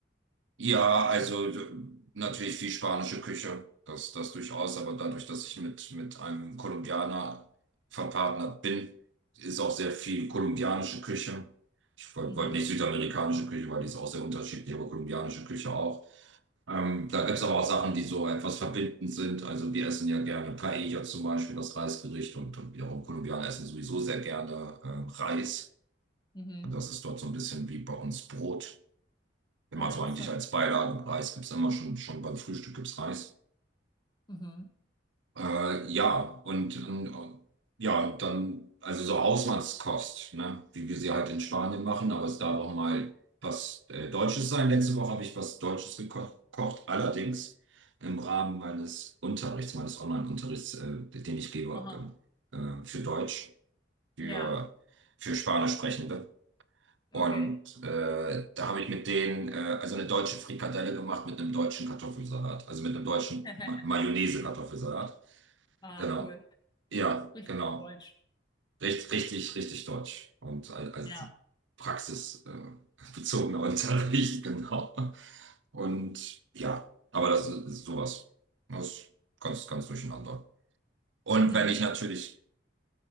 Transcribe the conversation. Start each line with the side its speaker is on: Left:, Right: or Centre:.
Right: Ja, also äh, natürlich viel spanische Küche, das, das durchaus, aber dadurch, dass ich mit, mit einem Kolumbianer verpartnert bin, ist auch sehr viel kolumbianische Küche. Ich wollte
Left: Mhm.
Right: wollt nicht südamerikanische Küche, weil die ist auch sehr unterschiedlich, aber kolumbianische Küche auch. Ähm, da gibt es aber auch Sachen, die so etwas verbindend sind. Also wir essen ja gerne Paella zum Beispiel, das Reisgericht, und, und wiederum Kolumbianer essen sowieso sehr gerne ähm, Reis.
Left: Mhm.
Right: Und das ist dort so ein bisschen wie bei uns Brot. Immer
Left: Eins,
Right: so eigentlich
Left: zwei,
Right: als Beilagen. Reis gibt, gibt's immer schon, schon beim Frühstück gibt's Reis.
Left: mhm.
Right: Äh, ja, und, und, und ja, dann, also so Hausmannskost, ne? Wie wir sie halt in Spanien machen, aber es darf auch mal was äh, Deutsches sein. Letzte Woche habe ich was Deutsches geko- gekocht, allerdings im Rahmen meines Unterrichts, meines Online-Unterrichts, äh, den ich gebe,
Left: Aha.
Right: ähm, äh, für Deutsch, für,
Left: Ja,
Right: für Spanisch sprechende. Und
Left: okay.
Right: äh, da habe ich mit denen äh, also eine deutsche Frikadelle gemacht mit einem deutschen Kartoffelsalat, also mit einem deutschen
Left: <laughs>
Right: Ma Mayonnaise-Kartoffelsalat.
Left: Ah,
Right: Genau.
Left: cool.
Right: Ja,
Left: Richtig
Right: genau.
Left: deutsch.
Right: Richtig, richtig, richtig deutsch. Und al- also
Left: Ja.
Right: praxisbezogener äh, <laughs> bezogener Unterricht, genau. Und ja, aber das ist sowas. Das ist ganz, ganz durcheinander. Und
Left: Mhm.
Right: wenn ich natürlich